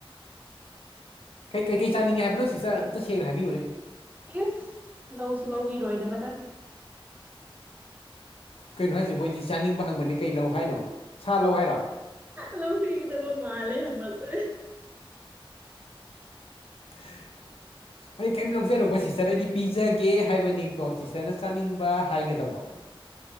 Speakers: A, on the left; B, on the right.
A: ꯀꯩ ꯀꯩꯀꯩ ꯆꯥꯅꯤꯡꯉꯦ ꯍꯥꯏꯕꯅꯣ ꯁꯤꯁꯇꯔ ꯑꯝꯇ ꯁꯦꯡꯅ ꯍꯥꯏꯕꯤꯌꯨꯅꯦ
B: ꯏꯁ ꯂꯧꯁꯨ ꯂꯧꯕꯤꯔꯣꯏꯗꯕꯗ
A: ꯀꯩꯅꯣ ꯍꯥꯏꯁꯤꯕꯣ ꯑꯩꯗꯤ ꯆꯥꯅꯤꯡꯕ ꯍꯪꯕꯅꯦ ꯀꯩ ꯂꯧ ꯍꯥꯏꯅꯣ ꯁꯥ ꯂꯧ ꯍꯥꯏꯔꯣ
B: ꯂꯧ ꯕꯤꯒꯗꯕ ꯃꯥꯂꯦ ꯍꯩꯂꯛꯄꯁꯦ
A: <inaudible> ꯑꯩ ꯀꯩꯝ ꯂꯧꯖꯔꯣꯏꯀꯣ ꯁꯤꯁꯇꯔ ꯑꯩꯗꯤ ꯄꯤꯖꯒꯦ ꯍꯥꯏꯕꯅꯤꯀꯣ ꯁꯤꯁꯇꯔꯅ ꯆꯥꯅꯤꯡꯕ ꯍꯥꯏꯒꯗꯧꯕ